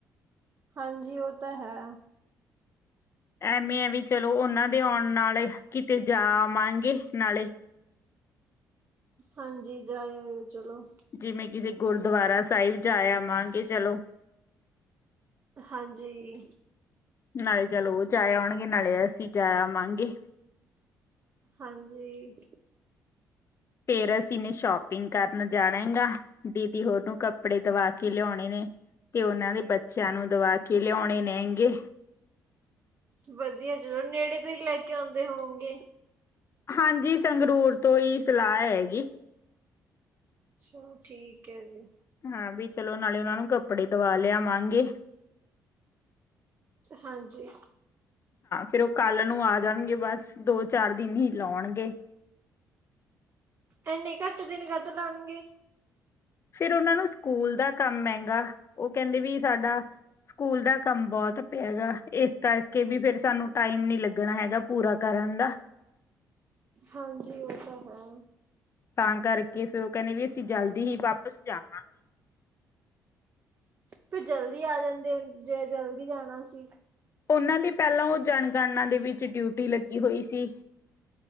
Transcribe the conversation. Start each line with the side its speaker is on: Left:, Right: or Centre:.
Right: ਹਾਂਜੀ ਓ ਤਾ ਹੈ।
Left: ਐਮੇ ਐ ਵੀ ਚਲੋ ਉਨਾਂ ਦੇ ਔਨ ਨਾਲੇ ਕਿਤੇ ਜਾ ਆਵਾਂਗੇ ਨਾਲੇ।
Right: ਹਾਂਜੀ ਜਾ ਆਯੋ ਚਲੋ।
Left: ਜਿਵੇਂ ਕਿਸੇ ਗੁਰਦਵਾਰਾ ਸਾਇਬ ਜਾ ਯਾਵਾਂਗੇ ਚਲੋ।
Right: ਹਾਂਜੀ!
Left: ਨਾਲੇ ਚਲੋ ਓ ਜਾਯੇ ਉਣਗੇ, ਨਾਲੇ ਅਸੀ ਜਾਯੇ ਆਵਾਂਗੇ।
Right: ਹਾਂਜੀ!
Left: ਫੇਰ ਅਸੀ ਨੇ ਸ਼ੋਪਿੰਗ ਕਰਨ ਜਾਣਾ ਈ ਗਾਂ। ਦੀਦੀ ਹੋਰ ਨੂੰ ਕੱਪੜੇ ਦਵਾ ਕੇ ਲਿਓਣੇ ਨੇ। ਤੇ ਓਨਾ ਦੇ ਬੱਚਿਆਂ ਨੂੰ ਦਵਾ ਕੇ ਲਿਓਣੇ ਲੈਹਿਨਗੇ
Right: ਵਧੀਐ ਜੋ ਨੇੜੇ ਤੋ ਈ ਲੈ ਕੇ ਓਂਦੇ ਹੋਂਗੇ?
Left: ਹਾਂਜੀ ਸੰਗਰੂਰ ਤੋਂ ਈ ਸਿਲਾਏ ਹੈਗੇ।
Right: ਚੋਂ ਠੀਕ ਐ ਜੀ।
Left: ਹਾਂ ਬੀ ਚਲੋ ਨਾਲੇ ਉਨ੍ਹਾਂਨੂੰ ਕੱਪੜੇ ਦਵਾ ਲਿਆਵਾਂਗੇ।
Right: ਹਾਂਜੀ!
Left: ਫਿਰ ਓ ਕੱਲ੍ਹ ਨੂੰ ਆ ਜਾਣਗੇ, ਬਸ ਦੋ ਚਾਰ ਦਿਨ ਹੀ ਲੋਂਗੇ।
Right: ਐਨੇ ਘੱਟ ਦਿਨ ਕਾਤੋਂ ਲਾਣਗੇ।
Left: ਫਿਰ ਉਨ੍ਹਾਂਨੂੰ ਸਕੂਲ ਦਾ ਕੰਮ ਹੈਗਾ। ਓ ਕੈਂਦੇ ਵੀ ਸਾਡਾ ਸਕੂਲ ਦਾ ਕੰਮ ਬੋਤ ਪਿਆ ਹੈਗਾ, ਏਸ ਕਰਕੇ ਵੀ ਫੇਰ ਸਾਨੂੰ ਟਾਈਮ ਨੀ ਲਗਣਾ ਹੈਗਾ। ਪੂਰਾ ਕਰਨ ਦਾ।
Right: ਹਾਂਜੀ ਓ ਤਾ ਹੈ।
Left: ਤਾਂ ਕਰਕੇ ਫੇਰ ਓ ਕੈਹਦੇ, ਵੀ ਅਸੀਂ ਜਲਦੀ ਹੀ ਵਾਪਸ ਜਾਣਾ
Right: ਫਿਰ ਜਲਦੀ ਆ ਜਾਂਦੇ, ਜੇ ਜਲਦੀ ਜਾਣਾ ਸੀ।
Left: ਉਹਨਾਂ ਦੀ ਪਹਿਲਾਂ ਉਹ ਜਣਗਣਨਾ ਦੇ ਵਿੱਚ ਡਿਊਟੀ ਲੱਗੀ ਹੋਈ ਸੀ